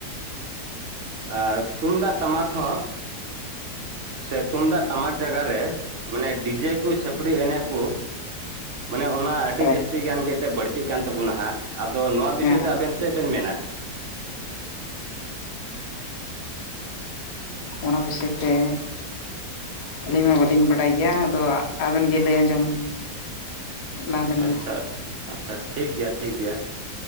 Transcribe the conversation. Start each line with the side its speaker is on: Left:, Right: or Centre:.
Right: ᱟ ᱛᱩᱢᱫᱟᱜ ᱴᱟᱢᱟᱠ ᱦᱚᱸ ᱥᱮ ᱛᱩᱢᱫᱟᱜ ᱴᱟᱢᱟᱠ ᱡᱟᱭᱟᱨ ᱨᱮ ᱢᱟᱱᱮ ᱰᱤᱡᱮ ᱠᱚ ᱪᱷᱟᱹᱯᱟᱹᱨᱤ ᱮᱱᱮᱡ ᱠᱚ, ᱢᱟᱱᱮ ᱚᱱᱟ ᱟᱹᱰᱤ
Left: ᱦᱳᱭ
Right: ᱡᱟᱹᱥᱛᱤ ᱜᱟᱱ ᱜᱮ ᱮᱛᱜ ᱵᱟᱹᱲᱛᱤᱜ ᱠᱟᱱ ᱛᱟᱵᱚᱱᱟ ᱦᱟᱸᱜ ᱟᱫᱚ ᱱᱚᱣᱟ ᱵᱤᱥᱚᱭ
Left: ᱦᱮᱸ ᱦᱮᱸ
Right: ᱛᱮ ᱟᱵᱮᱱ, ᱪᱮᱫ ᱵᱮᱱ ᱢᱮᱱᱟ?
Left: ᱚᱱᱟ ᱵᱤᱥᱚᱭ ᱛᱮ ᱟᱹᱞᱤᱧ ᱢᱟ ᱵᱟᱹᱞᱤᱧ ᱵᱟᱰᱟᱭ ᱜᱮᱭᱟ ᱟᱫᱚ ᱟᱵᱮᱱ ᱜᱮ ᱞᱟᱹᱭ ᱟᱸᱡᱚᱢ, ᱞᱟᱝ ᱵᱮᱱ
Right: ᱟᱪᱪᱷᱟ
Left: ᱢᱮ᱾
Right: ᱟᱪᱪᱷᱟ ᱟᱪᱪᱷᱟ ᱴᱷᱤᱠ ᱜᱮᱭᱟ ᱴᱷᱤᱠ ᱜᱮᱭᱟ